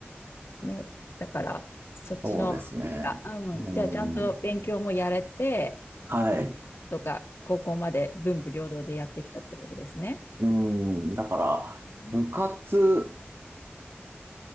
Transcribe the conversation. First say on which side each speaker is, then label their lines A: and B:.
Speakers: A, on the left; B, on the right.
A: ね、だからそっちの、
B: <laughs> そうですね。
A: がうん、
B: うん。
A: じゃあちゃんと勉強もやれて、
B: はい。
A: うんとか、高校まで文武両道でやってきたってことですね。
B: うん。だから、
A: うん。
B: 部活